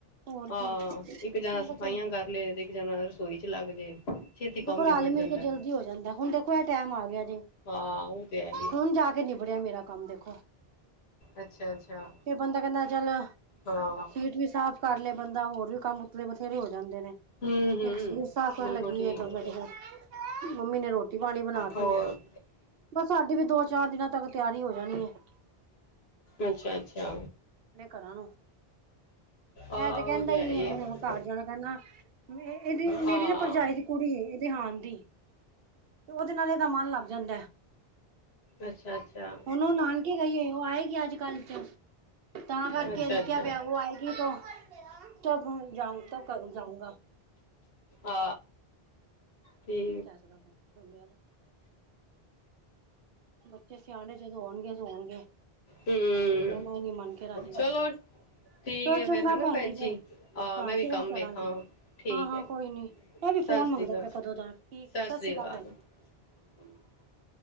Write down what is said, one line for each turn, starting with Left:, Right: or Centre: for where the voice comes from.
Right: ਹੋਰ
Left: ਹਾਂ,
Right: ਕੀ
Left: ਇੱਕ
Right: ਮੈਂ
Left: ਜਣਾ
Right: ਕਿਹਾ
Left: ਸਫਾਈਆਂ
Right: ਚਲ
Left: ਕਰ ਲੇ, ਦੇ ਇਕ ਜਾਣਾ ਰਸੋਈ'ਚ ਲੱਗਜੇ, ਛੇਤੀ ਕੰਮ
Right: ਦੇਖੋ
Left: ਨਿਬੜ
Right: ਰਲ
Left: ਜਾਂਦਾ।
Right: ਮਿਲ ਕੇ ਜਲਦੀ ਹੋ ਜਾਂਦਾ, ਹੁਣ ਦੇਖੋ ਇਹ ਟਾਈਮ ਆ ਗਿਆ ਜੇ।
Left: ਹਾ, ਉਹ ਤੇ ਹੈਈ।
Right: ਹੁਣ ਨਿਬੜਿਆ ਮੇਰਾ ਕੰਮ ਦੇਖੋ।
Left: ਅੱਛਾ ਅੱਛਾ
Right: ਫਿਰ ਬੰਦਾ ਕਹਿੰਦਾ ਚੱਲ,
Left: ਹਾਂ
Right: ਸੀਟ ਵੀ ਸਾਫ਼ ਕਰਲੇ ਬੰਦਾ, ਹੋਰ ਵੀ ਕੰਮ ਉਤਲੇ ਬਥੇਰੇ ਹੋ ਜਾਂਦੇ ਨੇ।
Left: ਹੂੰ ਹੂੰ
Right: ਇੱਕ ਸੀਟ ਸਾਫ ਕਰਨ
Left: ਬਿਲਕੁਲ
Right: ਲੱਗੀ
Left: ਠੀਕ
Right: ਏ, ਮੈਂ ਕਿਆ
Left: ਹੈ।
Right: ਚਲ ਮੰਮੀ ਨੇ ਰੋਟੀ-ਪਾਨੀਬਣਾ
Left: ਹੋਰ
Right: ਤੀ, ਬ ਸਾਡੀ ਵੀ ਦੋ-ਚਾਰ ਦਿਨਾਂ ਤੱਕ ਤਿਆਰੀ ਹੋ ਜਾਣੀ ਏ। <inaudible>
Left: ਅੱਛਾ-ਅੱਛਾ।
Right: ਘਰਾਂ ਨੂੰ,
Left: ਆਹ
Right: ਐ ਤੇ ਕੈਂਦਾ
Left: ਉਹ
Right: ਹੀਈ
Left: ਹੈ ਹੀ
Right: ਐ ਵੀ
Left: ਹੈ
Right: ਹੁਨ ਘਾਰ ਜਾਣਾ ਕੈਂਦਾ, ਨਾਂ ਮ ਏਦੀ ਮੇਰੀ
Left: ਹਾਂ
Right: ਨਾ ਭਰਜਾਈ ਦੀ ਕੁੜੀ ਏ, ਏ ਦੇ ਹਾਨ ਦੀ ਤੇ, ਓਦੇ ਨਾਲ ਦਾ ਮਨ ਲੱਗ ਜਾਂਦੈ।
Left: ਅੱਛਾ-ਅੱਛਾ।
Right: ਹੁਨ ਓ ਨਾਨਕੇ ਗਈ ਏ, ਓ ਆਏਗੀ ਅੱਜ-ਕੱਲ ਚ ਤਾਂ ਕਾਰਕੇ
Left: ਅੱਛਾ
Right: ਐ ਰੁਕਿਆ
Left: ਅੱਛਾ
Right: ਪੇਆ ਓ ਆਏਗੀ ਤੋ ਤਬ ਜਾਊ ਤਬ ਤਾਂ ਜਾਉਂਗਾ।
Left: ਆ, ਠੀਕੇ।
Right: ਕੀ ਕਹਿ ਸਕਦਾ ਬੰਦਿਆਂ ਦਾ ਬੱਚੇ ਸਿਆਣੇ ਜਦੋਂ ਹੋਣਗੇ ਤੇ ਹੋਨਗੇ,
Left: ਹੂੰ
Right: ਹਲੇ ਤਾਂ ਕੈਣਾ ਹੀ ਨੀ ਮੰਨ ਕੇ ਰਾਜੀ ਬੱਚੇ।
Left: ਚਲੋ ਠੀਕ
Right: ਚੋ
Left: ਹੈ
Right: ਚੰਗਾ
Left: ਫੇਰ ਹਨਾ
Right: ਭੈਣ ਜੀ ਫੇਰ,
Left: ਆ
Right: ਹਾਂ
Left: ਮੈਂ ਵੀ
Right: ਫੇਰ
Left: ਕੰਮ
Right: ਰ ਕਰਾਂਗੀ
Left: ਵੇਖਾਂ ਠੀਕ
Right: ਹਾਂ-ਹਾਂ
Left: ਹੈ
Right: ਕੋਈ ਨੀ। ਐ ਵੀ ਫੋਨ
Left: ਸਤਿ ਸ੍ਰੀ
Right: ਮੰਗਦਾ
Left: ਅਕਾਲ,
Right: ਪੇਆ ਕਦੋਂ ਦਾ,
Left: ਸਤਿ
Right: ਸਸ਼੍ਰੀ
Left: ਸ੍ਰੀ
Right: ਕਾਲ
Left: ਅਕਾਲ।
Right: ਭੈਣ
Left: <inaudible>